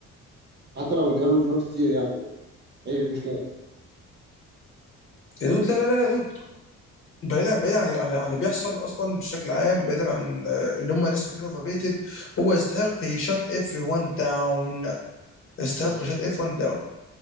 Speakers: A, on the right; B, on the left.
A: حتى لو اتجابوا بنقط كتير يعني أي مشكلة
B: يا دود لا لا لا يا دود بعيدا بعيدا عن عن عن اللي بيحصل اصلا بشكل عام بعيدا عن آه، اللي هم الناس فاكرينه اوفرريتد هو يستحق يشات اف 1 داون يستحق
A: بس
B: يشات اف 1 داون